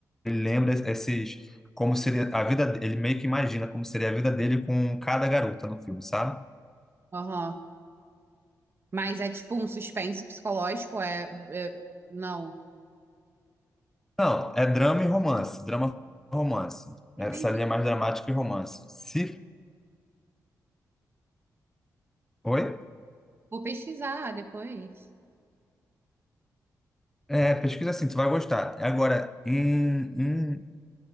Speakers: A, in the centre; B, on the right (about 35°).
A: ele lembra esses como seria a vida, de- ele meio que imagina como seria a vida dele com cada garota no filme, sabe?
B: Aham. Mas é tipo um suspense psicológico, é, é- não.
A: Não, é drama e romance, drama e romance. Essa
B: Entendi.
A: linha é mais dramática e romance. Se, oi?
B: Vou pesquisar depois.
A: É, pesquisa assim, tu vai gostar. Agora, em, em